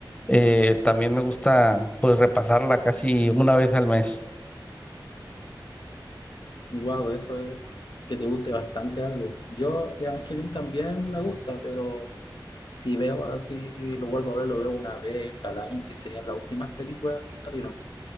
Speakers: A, on the left; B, on the left.
A: eh, también me gusta pues repasarla casi una vez al mes.
B: Wow, eso es que te guste bastante algo. Yo, Evangelion también me gusta, pero Si veo así, lo vuelvo a ver, lo veo una vez al año, que serían las últimas películas que salieron.